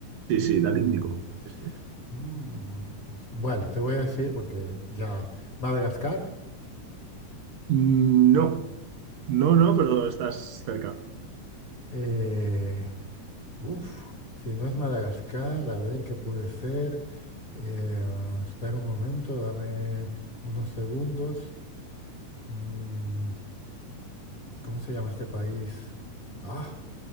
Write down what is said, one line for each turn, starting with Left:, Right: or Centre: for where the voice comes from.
Right: Sí,
Left: Mm,
Right: sí, del Índico. Sí, sí.
Left: mm. Bueno, te voy a decir porque ya, Madagascar.
Right: No, no, no, pero estás cerca.
Left: eh, uf, si no es Madagascar, a ver qué puede ser. Eh, espera un momento, dame unos segundos. Mm, ¿Cómo se llama este país? Ah,